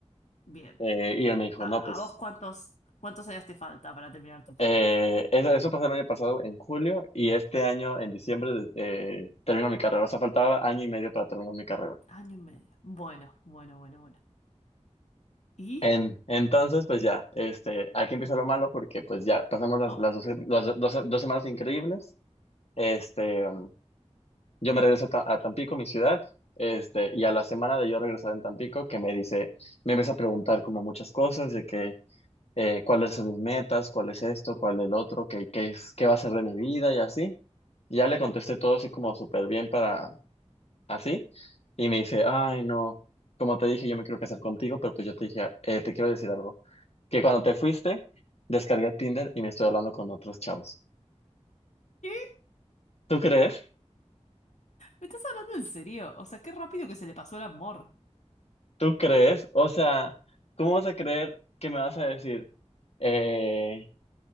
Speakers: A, on the left; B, on the left.
A: Bien.
B: Eh, y él me dijo,
A: ¿A,
B: no, pues
A: a vos cuántos, cuántos años te falta para terminar tu carrera?
B: Eh, eso, eso pasó el año pasado en julio y este año en diciembre de- eh, termino mi carrera. O sea, faltaba año y medio para terminar mi carrera.
A: Año y medio. Bueno, bueno, bueno, bueno. ¿Y?
B: En, entonces, pues ya, este, aquí empieza lo malo porque pues ya pasamos las,
A: Oh,
B: las, doce- las do- doce- dos semanas increíbles. Este, um, yo me regreso a, Ta- a Tampico, mi ciudad, este, y a la semana de yo regresar en Tampico, que me dice, me empieza a preguntar como muchas cosas de que eh, cuáles son mis metas, cuál es esto, cuál el otro, qué, qué es, qué va a ser de mi vida y así. Y Ya le contesté todo así como súper bien para así. Y me dice, ay, no, como te dije, yo me quiero casar contigo, pero pues yo te dije, eh, te quiero decir algo. Que cuando te fuiste, descargué Tinder y me estoy hablando con otros chavos.
A: ¿qué?
B: ¿Tú crees?
A: ¿Me estás hablando en serio? O sea, qué rápido que se le pasó el amor.
B: ¿Tú crees? O sea, ¿cómo vas a creer que me vas a decir, eh,